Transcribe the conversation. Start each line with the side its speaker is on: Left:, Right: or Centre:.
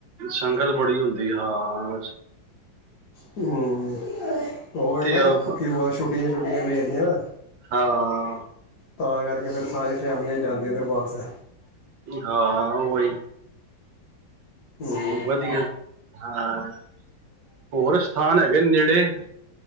Right: ਸੰਗਤ ਬੜੀ ਹੁੰਦੀ ਹਾਂ
Left: ਹਮ ਉਹ ਹੈ
Right: ਤੇ
Left: ਨਾ
Right: ਅ-
Left: ਬਹੁ ਛੁੱਟੀਆਂ ਛੱੀਆਂ ਪਜਦੀਆਂ ਨਾ
Right: ਹਾਂ
Left: ਤਾਂ ਕਰਕੇ ਫਿਰ ਸਾਰੀ ਫੈਮਲੀੀਆਂ ਜਾਂਦੀ ਇਧਰ ਵਾਸਤੇ
Right: ਹਾਂ ਉਹਹੀ
Left: ਹਮ
Right: ਵਧੀਆ ਹ ਹੋਰ ਸਥਾਨ ਹੈਗੇ ਨੇੜੇ